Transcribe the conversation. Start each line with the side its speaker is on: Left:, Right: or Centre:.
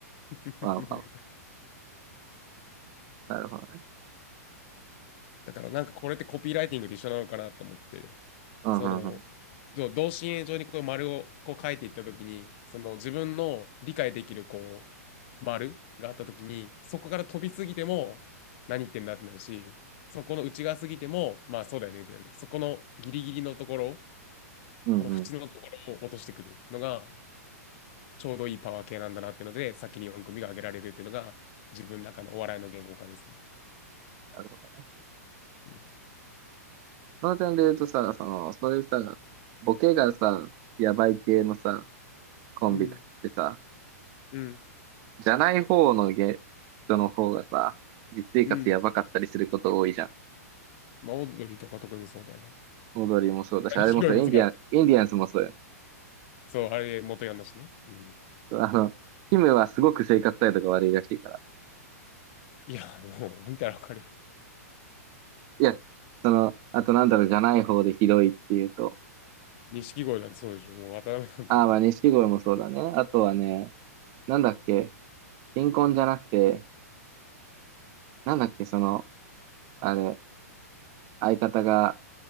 Left: <laughs>
Right: わあわあ、なるほどね。
Left: だからなんかこれってコピーライティングと一緒なのかなと思って、
Right: うんうんうん。
Left: その、同心円状にこう丸をこう書いていったときに、その自分の理解できるこう丸があったときに、そこから飛びすぎても何言ってんだってなるし、そこの内側すぎても、まあそうだよねってなる。そこのギリギリのところ、
Right: うんうん。
Left: この縁のところを落としてくるのが、ちょうどいいパワー系なんだなっていうので、先に4組が挙げられるっていうのが、自分の中のお笑いの言語化ですね。
Right: なるほどね。
Left: うん。
Right: その点で言うとさ、その、そういうさ、ボケがさ、やばい系のさ、コンビってさ、
Left: うん。うん。
Right: じゃない方のゲ、人の方がさ、実生活やばかったりすること多いじゃん。
Left: うん。まあ、オードリーとか特にそうだよね。
Right: 踊りもそうだし、あれもそう、
Left: 錦鯉もそうだ。
Right: インディアン、インディアンスもそうよ。
Left: そう、あれ元ヤンだしね。うん。
Right: あの、キムはすごく生活態度が悪いらしいから。
Left: いや、もう、見たらわかるよ。
Right: いや、その、あとなんだろう、じゃない方でひどいっていうと、
Left: 錦鯉なんてそうでしょ。もう、渡辺なんてもう。
Right: ああ、まあ、錦鯉もそうだね。あとはね、なんだっけ、新婚じゃなくて、なんだっけ、その、あれ、相方が、